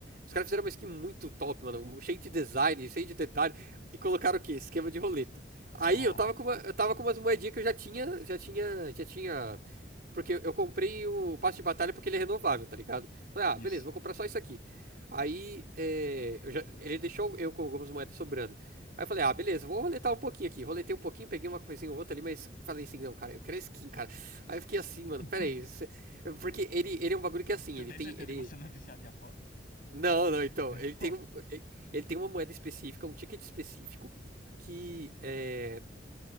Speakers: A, on the right; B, on the left.
A: Os caras fizeram uma skin muito top, mano. um Cheio de design, cheio de detalhe. E colocaram o quê? Esquema de roleta. Aí
B: Ah,
A: eu tava com, uma- eu tava com umas moedinhas que eu já tinha. Já tinha. Já tinha. Porque eu comprei o passe de batalha porque ele é renovável, tá ligado? Falei, ah,
B: isso.
A: beleza, vou comprar só isso aqui. Aí é, eu já- ele deixou eu com algumas moedas sobrando. Aí eu falei, ah, beleza, vou roletar um pouquinho aqui. Roletei um pouquinho, peguei uma coisinha ou outra ali, mas falei assim, não, cara, eu quero skin, cara. Aí eu fiquei assim, mano,
B: <laughs>
A: pera aí. isso- Porque ele, ele é um bagulho que é assim,
B: Você
A: ele
B: tem
A: tem.
B: certeza
A: Ele,
B: que você não é viciado em aposta?
A: não, não, então,
B: <laughs>
A: ele tem, um, e- ele tem uma moeda específica, um ticket específico, que é,